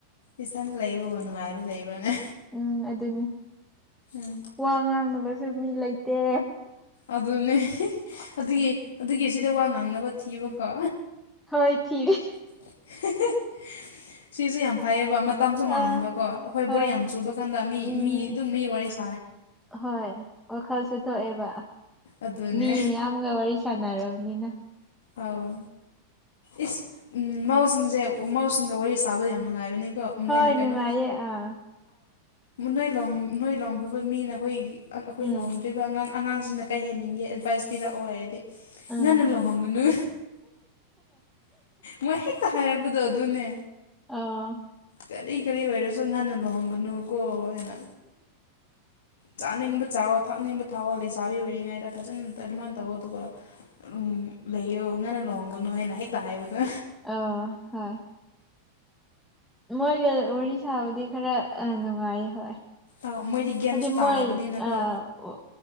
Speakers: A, on the left (about 60°); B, in the centre.
A: ꯏꯁꯟꯗ ꯂꯩꯕꯕꯨ ꯅꯨꯡꯉꯥꯏꯕ ꯂꯩꯕ꯭ꯔꯥꯅꯦ
B: ꯎꯝ ꯑꯗꯨꯅꯦ
A: ꯎꯝ
B: ꯋꯥ ꯉꯥꯡꯅꯕꯁꯨ ꯃꯤ ꯂꯩꯇꯦ
A: ꯑꯗꯨꯅꯦ ꯑꯗꯨꯒꯤ ꯑꯗꯨꯒꯤ ꯑꯁꯤꯗ ꯋꯥ ꯉꯥꯡꯅꯕ ꯊꯤꯕꯀꯣ
B: ꯍꯣꯏ ꯊꯤꯔꯤꯅꯤ
A: <inaudible> ꯁꯤꯁꯨ ꯌꯥꯝ ꯐꯩꯌꯦꯕ ꯃꯇꯝꯁꯨ ꯃꯥꯡꯍꯟꯗꯕꯀꯣ
B: ꯑꯥ
A: ꯑꯩꯈꯣꯏ
B: ꯍꯣꯏ
A: ꯕꯣꯔꯤꯡ ꯌꯥꯝ ꯆꯨꯕ ꯀꯥꯟꯗ ꯃꯤ
B: ꯎꯝ
A: ꯃꯤ ꯑꯗꯨꯝ ꯃꯤ ꯋꯥꯔꯤ ꯁ
B: ꯍꯣꯏ ꯋꯥꯈꯜꯁꯦ ꯊꯣꯛꯑꯦꯕ
A: ꯑꯗꯨꯅꯦ
B: ꯃꯤ ꯃꯌꯥꯝꯒ ꯋꯥꯔꯤ ꯁꯥꯟꯅꯔꯕꯅꯤꯅ
A: ꯑꯥꯎ ꯏꯁ ꯎꯝ ꯃꯧꯁꯤꯡꯁꯦ ꯃꯧꯁꯤꯡꯒ ꯋꯥꯔꯤ ꯁꯥꯕꯗ ꯌꯥꯝ ꯅꯨꯡꯉꯥꯏꯕꯅꯤꯀꯣ
B: ꯍꯣꯏ
A: ꯃꯣꯏꯅ ꯀꯩꯅꯣ
B: ꯅꯨꯡꯉꯥꯏꯌꯦ ꯑꯥ
A: ꯅꯣꯏ ꯂꯣꯡ ꯅꯣꯏ ꯂꯣꯡꯈ꯭ꯔꯕ ꯃꯤꯅ ꯑꯩꯈꯣꯏ ꯑꯩꯈꯣꯏ
B: ꯎꯝ
A: ꯂꯔꯝꯗꯣꯏꯔꯤꯕ ꯑꯉꯥꯡ ꯑꯉꯥꯡꯁꯤꯡꯅ ꯀꯩ ꯍꯥꯏꯅꯤꯡꯒꯦ ꯑꯦꯗꯚꯥꯏꯁ ꯄꯤꯔꯛꯑꯣ ꯍꯥꯏꯔꯗꯤ
B: ꯑꯥ
A: ꯅꯪ ꯅ ꯂꯣ ꯍꯣꯡꯒꯅꯨ ꯃꯣꯏ ꯍꯦꯛꯇ ꯍꯥꯏꯔꯛꯄꯗꯣ ꯑꯗꯨꯅꯦ
B: ꯑꯥ
A: ꯀꯔꯤ ꯀꯔꯤ ꯑꯣꯏꯔꯁꯨ ꯉꯟꯅ ꯂꯨꯍꯣꯡꯒꯅꯨ ꯀꯣ ꯍꯥꯏꯅ ꯆꯥꯅꯤꯡꯕ ꯆꯥꯋꯣ ꯊꯥꯛꯅꯤꯡꯕ ꯊꯥꯛꯑꯣ ꯂꯩꯁꯥꯕꯤ ꯑꯣꯏꯔꯤꯉꯩꯗ ꯐꯖꯅ ꯑꯗꯨꯃꯥꯏꯅ ꯇꯧꯋꯣ ꯑꯗꯨꯒ ꯎꯝ ꯂꯩꯌꯣ ꯉꯟꯅ ꯂꯨꯍꯣꯡꯒꯅꯨ ꯍꯥꯏꯅ ꯍꯦꯛꯇ ꯍꯥꯏꯕꯗ
B: ꯑ ꯍꯣꯏ ꯃꯣꯏꯒ ꯋꯥꯔꯤ ꯁꯥꯕꯗꯤ ꯈꯔ ꯅꯨꯡꯉꯥꯏ ꯍꯣꯏ
A: ꯑꯧ ꯃꯣꯏꯗꯤ ꯒ꯭ꯌꯥꯟꯁꯨ
B: ꯍꯥꯏꯗꯤ
A: ꯇꯥꯔꯕꯅꯤꯅꯀꯣ
B: ꯃꯣꯏ ꯑ ꯑꯣ